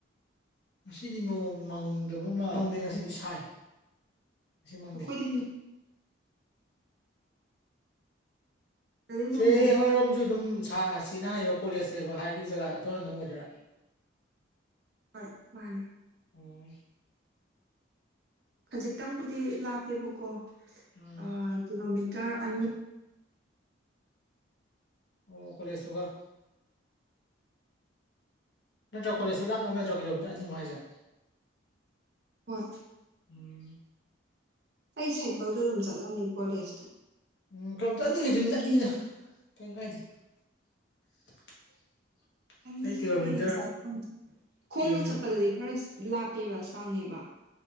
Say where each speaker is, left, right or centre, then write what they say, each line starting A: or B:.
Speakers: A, on the left; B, on the right.
A: ꯉꯁꯤꯗꯤ ꯅꯣꯡ ꯃꯪꯗꯕ ꯃꯪꯗꯦ ꯉꯁꯤꯗꯤ ꯁꯥꯏ ꯉꯁꯤ ꯃꯪꯗꯦ
B: ꯑꯩꯈꯣꯏꯗꯤ ꯗꯗꯤ
A: ꯆꯦ
B: ꯅꯣꯡ ꯃꯪ
A: ꯍꯣꯏꯔꯣꯝꯁꯨ ꯑꯗꯨꯝ ꯁꯥ ꯆꯦꯅ ꯍꯥꯏꯒꯤꯕꯥ ꯀꯣꯂꯦꯖ ꯂꯩꯕ ꯍꯥꯏꯒꯤ ꯖꯒꯥꯏ ꯑꯗꯨꯝ ꯑꯣꯏꯗꯣꯏꯔꯥ
B: ꯍꯣꯏ ꯃꯥꯅꯤ
A: ꯎꯝ
B: ꯈꯖꯤꯛꯇꯪꯕꯨꯗꯤ ꯂꯥꯞꯄꯦꯕꯀꯣ
A: ꯎꯝ
B: ꯑ ꯀꯤꯂꯣꯃꯤꯇꯔ ꯑꯅꯤ
A: ꯑꯣ ꯀꯣꯂꯦꯖꯇꯨꯒ ꯅꯠꯇ꯭ꯔ ꯀꯣꯂꯦꯖꯇ ꯂꯥꯞꯅꯕ ꯅꯠꯇ꯭ꯔ ꯀꯤꯂꯣꯃꯤꯇꯔ ꯑꯅꯤꯕ ꯍꯥꯏꯁꯦ
B: ꯍꯣꯏ
A: ꯎꯝ
B: ꯑꯩ ꯁꯥꯏꯀꯜꯗ
A: ꯀꯤꯂꯣꯃꯤꯇꯔ
B: ꯑꯗꯨꯝ ꯆꯠꯂꯝꯃꯦ ꯀꯣꯂꯦꯖꯇꯣ
A: ꯎꯝ ꯀꯩꯂꯣꯃꯤꯇꯔ ꯑꯅꯤꯒꯗꯨꯗꯤ ꯅꯛꯏꯅ ꯀꯩꯝ ꯀꯥꯏꯗꯦ <unintelligible>
B: ꯑꯅꯤ
A: ꯑꯩ ꯀꯤꯂꯣꯃꯤꯇꯔ
B: ꯈꯔ ꯍꯦꯟ ꯆꯠꯂꯛꯄ ꯈꯣꯡꯅ
A: ꯀꯤꯂꯣꯃꯤꯇꯔ
B: ꯆꯠꯄꯗꯗꯤ ꯈꯔ ꯂꯥꯞꯄꯦꯕ ꯁꯥꯡꯉꯦꯕ